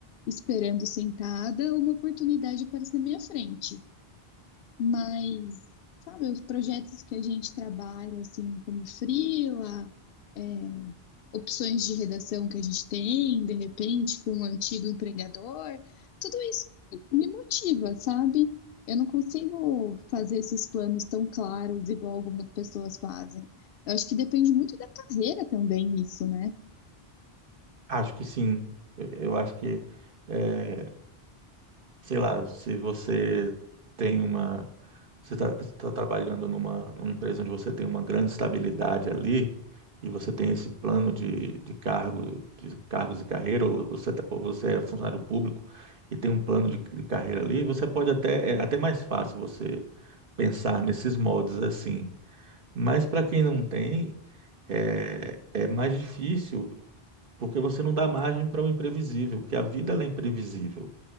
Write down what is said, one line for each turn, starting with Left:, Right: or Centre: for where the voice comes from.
Left: esperando sentada uma oportunidade aparecer na minha frente. Mas, sabe, os projetos que a gente trabalha, assim, como freela, é, opções de redação que a gente tem, de repente, com um antigo empregador. Tudo isso me motiva, sabe? Eu não consigo fazer esses planos tão claros igual algumas pessoas fazem. Eu acho que depende muito da carreira também, isso, né?
Right: Acho que sim. Eu, eu acho que é, sei lá, se você tem uma, você está trabalhando numa, numa empresa onde você tem uma grande estabilidade ali e você tem esse plano de, de cargo, de cargos e carreira, ou ou você, tá- ou você é funcionário público e tem um plano de, de carreira ali, você pode até, é até mais fácil você pensar nesses moldes assim. Mas para quem não tem, é, é mais difícil, porque você não dá margem para o imprevisível, porque a vida ela é imprevisível.